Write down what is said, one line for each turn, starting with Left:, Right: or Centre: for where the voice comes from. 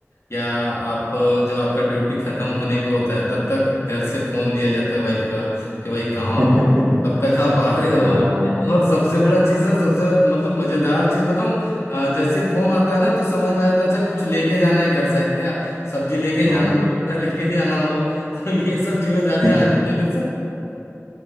Left: या आप जब आपका ड्यूटी खत्म होने को होता है तब तक घर से फोन भी आ जाता है वाइफ का कि भाई कहाँ
Right: <laughs>
Left: हो तब तक आप आ रहे हो
Right: हाँ
Left: और सबसे बड़ा चीज सर सबसे मतलब मजेदार चीज बताऊं अ, जैसे फोन आता है ना तो समझ में आ जाता है अच्छा कुछ लेके जाना है घर शायद क्या सब्जी लेके जाना
Right: ओ
Left: हो आटा लेके जाना हो तो ये सब जिम्मेदारियां
Right: <laughs>
Left: आ जाती है फिर सर